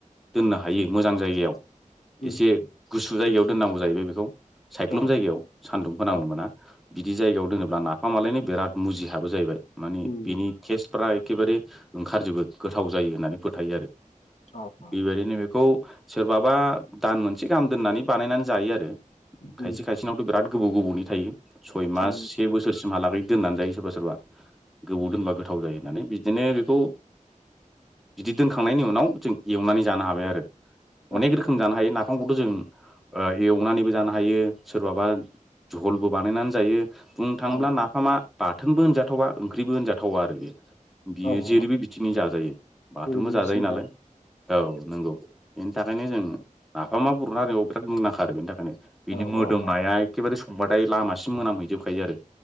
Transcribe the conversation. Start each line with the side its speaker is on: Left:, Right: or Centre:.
Centre: दोननो हाग हायो मोजां जायगायाव
Left: उम
Centre: एसे
Left: उम
Centre: गुसु जायगायाव दोननांगौ जाहैबाय बेखौ सायख्लुम
Left: औ
Centre: जायगायाव सान्दुं फोनांनो
Left: औ
Centre: मोना बिदि जायगायाव दोनोब्ला ना फामालायनो बिराद मुजि हाबो जाहैबाय मानि
Left: उम
Centre: बिनि टेस्टफ्रा एखेबारे ओंखारजोबो गोथाव जायो होननानै फोथायो आरो।
Left: औ औ।
Centre: बेबायदिनो बेखौ सोरबाबा दान मोनसे गाहाम दोननानै बानायनानै जायो आरो
Left: उम
Centre: खायसे खायसेनावथ' बिराद बिराद गोबाव गोबावनि थायो सय
Left: थायो
Centre: मास से
Left: थायो
Centre: बोसोरसिमहालागै दोननानै जायो। सोरबा सोरबा गोबाव दोनबा गोथाव जायो होननानै बिदिनो बेखौ। बिदि दोनखांनायनि उनाव जों एवनानै जानो हाबाय आरो
Left: औ
Centre: अनेक रोखोम जानो हायो ना बिफांखौथ' जों ओ एवनानैबो जानो हायो सोरबाबा झलबो बानायनानै जायो। बुंनो थाङोब्ला
Left: औ
Centre: नाफामा बाथोनबो होनजाथावा ओंख्रिबो होनजाथावा आरो बेयो। बियो
Left: औ
Centre: जेरैबो
Left: औ
Centre: बिथिंनि जाजायो बाथोनबो
Left: जेरैबो
Centre: जाजायो
Left: बिसिनि
Centre: नालाय औ नंगौ। बेनि थाखायनो जों नाफामा बर'नि हारिमुयाव बिराद मुंदांखा आरो बेनि थाखायनो
Left: आरो
Centre: बिनि मोदोमनाया
Left: औ औ
Centre: एखेबारे हबाथाय लामासिम मोनामहैजोबखायो आरो